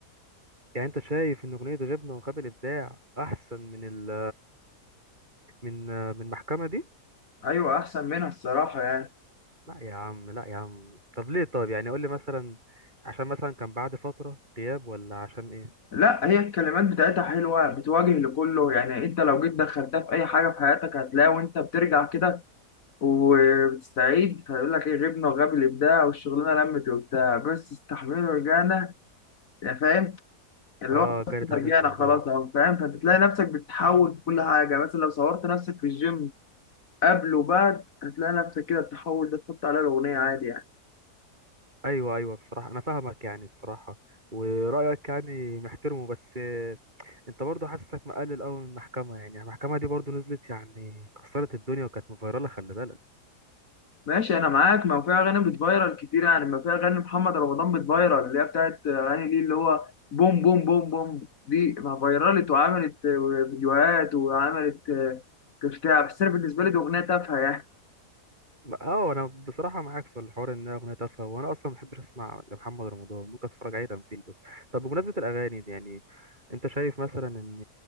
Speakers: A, on the right (about 25°); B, on the left (about 55°).
A: يعني انت شايف ان اغنية غبنة وغاب الابداع احسن من ال من من المحكمة دي
B: ايوه احسن منها الصراحه يعني
A: لا يا عم لا يا عم طب ليه طب يعني قول لي مثلا عشان مثلا كان بعد فترة غياب ولا عشان ايه
B: لا هي الكلمات بتاعتها حلوة بتواجه لكله يعني انت لو جيت دخلتها في اي حاجة في حياتك هتلاقي وانت بترجع كده وبتستعيد فيقول لك ايه غبنا وغاب الابداع والشغلانة لمت وبتاع بس استحملنا ورجعنا يعني فاهم اللي
A: اه
B: هو بس
A: جرت هذه
B: رجعنا
A: الاوضاع
B: خلاص اهو فاهم فبتلاقي نفسك بتتحول في كل حاجة مثلا لو صورت نفسك في الجيم قبل وبعد هتلاقي نفسك كده التحول ده تحط عليه الأغنية عادي يعني
A: ايوه ايوه بصراحه انا فاهمك يعني بصراحه ورايك يعني محترمه بس انت برضه حاسسك مقلل قوي من المحكمه يعني المحكمه دي برضه نزلت يعني كسرت الدنيا وكانت مفيرله خلي بالك
B: ماشي انا معاك ما هو في اغاني بتفايرل كتير يعني ما في اغاني محمد رمضان بتفايرل اللي هي بتاعت اغاني ليه اللي هو بوم بوم بوم بوم دي ما فايرلت وعملت فيديوهات وعملت بتاع بس انا بالنسبه لي دي اغنيه تافهه يعني
A: اه انا بصراحه معاك في الحوار انها اغنيه تافهه وانا اصلا ما بحبش اسمع لمحمد رمضان ممكن اتفرج عليه تمثيل بس طب بمناسبه الاغاني دي يعني انت شايف مثلا ان